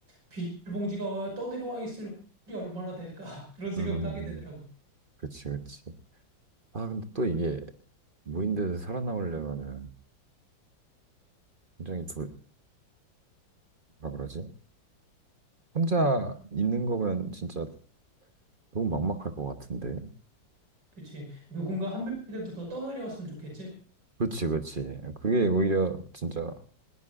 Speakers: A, on the right; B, on the right.
A: 비닐봉지가 떠내려와 있을 확률이 얼마나 될까? <laughs>
B: <laughs>
A: 그런 생각도
B: 음,
A: 하게 되더라고.
B: 그치, 그치. 아, 근데 또 이게 무인도에서 살아남으려면은 굉장히 두, 뭐라 그러지? 혼자 있는 거면 진짜 너무 막막할 것 같은데.
A: 그치. 누군가 한 명이라도 더 떠내려왔으면 좋겠지?
B: 그치, 그치. 그게 오히려 진짜,